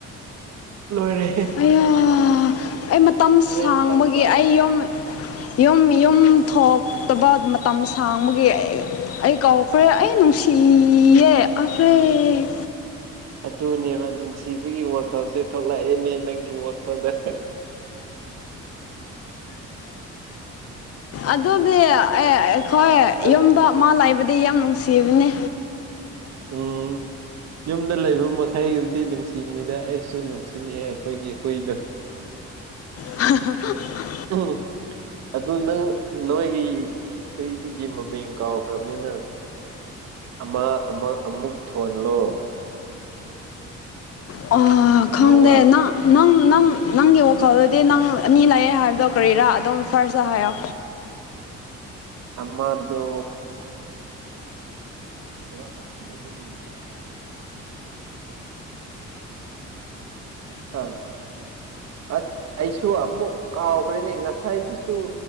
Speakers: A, on the right; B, on the left.
A: ꯂꯣꯏꯔꯦꯍꯦ꯫
B: ꯑꯩꯌꯥ ꯑꯩ ꯃꯇꯝ
A: ꯍꯣꯔꯦꯟ
B: ꯁꯥꯡꯕꯒꯤ
A: ꯆꯥꯛ ꯆꯥꯅꯤ
B: ꯑꯩ ꯌꯨꯝ ꯌꯨꯝ ꯌꯨꯝ ꯊꯣꯛ ꯇꯕ ꯃꯇꯝ ꯁꯥꯡꯕꯒꯤ ꯑꯩ ꯀꯥꯎꯈ꯭ꯔꯦ ꯑꯩ ꯅꯨꯡꯁꯤꯌꯦ꯫ ꯑꯐ꯭ꯔꯦꯠ
A: ꯑꯗꯨꯅꯦꯕ ꯅꯨꯡꯁꯤꯕꯒꯤ ꯋꯥꯈꯜꯁꯦ ꯊꯣꯛꯂꯛꯑꯦꯅꯦ ꯅꯪꯒꯤ ꯋꯥꯈꯜꯗ꯫
B: ꯑꯗꯨꯗꯤ ꯑꯦ ꯑꯩꯈꯣꯏ
A: ꯑꯗꯨ
B: ꯌꯨꯝꯗ ꯃꯥ ꯂꯥꯛꯏꯕꯗꯤ ꯌꯥꯝ ꯅꯨꯡꯁꯤꯕꯅꯤ꯫
A: ꯑꯣ ꯌꯨꯝꯗ ꯂꯩꯕ ꯃꯈꯩꯗꯨꯗꯤ ꯅꯨꯡꯁꯤꯕꯅꯤꯅ ꯑꯩꯁꯨ ꯅꯨꯡꯁꯤꯌꯦ ꯑꯩꯈꯣꯢꯒꯤ ꯍꯨꯢꯗꯣ꯫
B: ꯍꯥ ꯍꯥ
A: ꯎꯝ꯫ ꯑꯗꯨ ꯅꯪ ꯅꯣꯏꯒꯤ ꯍꯨꯏꯗꯨꯒꯤ ꯃꯃꯤꯡ ꯀꯥꯎꯈ꯭ꯔꯕꯅꯤꯅꯪ꯫ ꯑꯃ ꯑꯃ ꯑꯃꯨꯛ ꯊꯣꯜꯂꯣ
B: ꯑꯣ
A: ꯑꯅꯧꯕ
B: ꯈꯪꯗ ꯅ ꯅꯪ ꯅꯪ ꯅꯪꯒꯤ ꯋꯥꯈꯜꯗꯗꯤ ꯅꯪ ꯑꯅꯤ ꯂꯥꯛꯑꯦ ꯍꯥꯏꯕꯗꯣ ꯀꯔꯤꯔꯥ ꯑꯗꯨꯝ ꯐꯥꯔꯁ ꯍꯥꯏꯌꯣ꯫
A: ꯑꯃꯗꯣ ꯀ ꯀꯥꯏꯁꯤ ꯂꯦ ꯇ ꯌꯥ ꯑꯥ ꯑꯁ ꯑꯩꯁꯨ ꯑꯃꯨꯛ ꯀꯥꯎꯈ꯭ꯔꯦꯅꯤ ꯉꯁꯥꯏꯗꯨꯁꯨ꯫